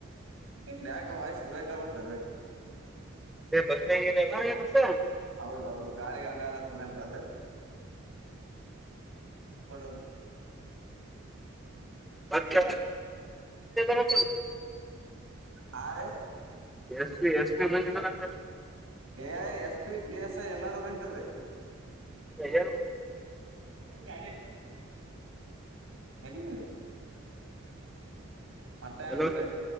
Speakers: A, on the right; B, in the centre.
A: ಯಕ ವಾಯ್ಸ್ ಬ್ರೇಕಲ್ಲ ಸರರಿ
B: <unintelligible>
A: ಹೌದೌದು ಗಾಳಿಗ್ ಹಂಗಾಲತ್ತದೇನ್ರಿ ಬಡ
B: ಮತ್ತ ನೋ
A: ಹಾ ರೀ
B: ಎಷ್ಟ ಎಷ್ಟ ಪ ಬಂದ
A: A S P P S I ಎಲ್ಲಾರು ಬಂದಿ
B: ಏನ್
A: ಅ ಎು ಮತ್ತೆ ಮಾಡುದ್ರೀ
B: ಹಲೋ